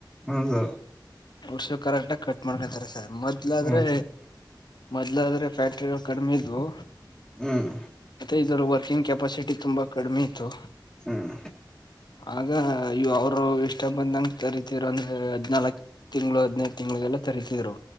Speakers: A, in the centre; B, on the left.
A: ಹೌದ
B: ವರ್ಷಕ್ ಕರೆಕ್ಟಾಗ್ ಕಟ್ ಮಾಡ್ಕಂತಾರೆ ಸರ್. ಮೊದ್ಲಾದ್ರೆ
A: ಹ್ಮ್ ಸರ್
B: ಮೊದ್ಲಾದ್ರೆ ಫ್ಯಾಕ್ಟ್ರಿಗಳ್ ಕಡ್ಮೇ ಇದ್ವು
A: ಹ್ಮ್
B: ಮತ್ತೆ ಇದ್ರಲ್ ವರ್ಕಿಂಗ್ ಕೆಪಾಸಿಟಿ ತುಂಬಾ ಕಡ್ಮೆ ಇತ್ತು,
A: ಹ್ಮ್
B: ಆಗ ಅಯ್ಯೋ ಅವ್ರು ಇಷ್ಟ ಬಂದಂಗ್ ಕರಿತಿರು ಅಂದ್ರೆ ಹದ್ನಾಲಕ್ ತಿಂಗ್ಳು ಹದ್ನೈದ್ ತಿಂಗ್ಳಿಗೆಲ್ಲ ಕರಿತಿದ್ರು.